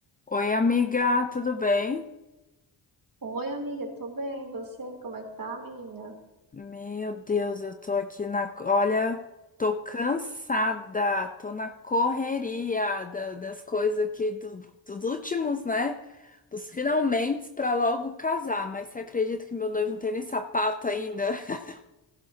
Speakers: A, on the left; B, on the right.
A: Oi, amiga, tudo bem?
B: Oi, amiga, tô bem. E você, como é que tá, menina?
A: Meu Deus, eu tô aqui na. Olha, tô cansada, tô na correria da- das coisas aqui do- dos últimos, né? Dos finalmente pra logo casar. Mas você acredita que meu noivo não tem nem sapato ainda? <laughs>